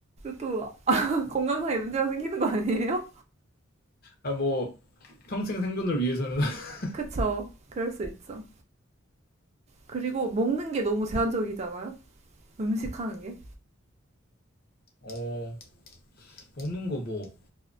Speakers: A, on the right; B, on the left.
A: 또 <laughs> 건강상에 문제가 생기는 거 아니에요?
B: 아 뭐 평생 생존을 위해서는 <laughs>
A: <laughs> 그쵸. 그럴 수 있죠. 그리고 먹는 게 너무 제한적이잖아요. 음식 하는 게.
B: 어 먹는 거 뭐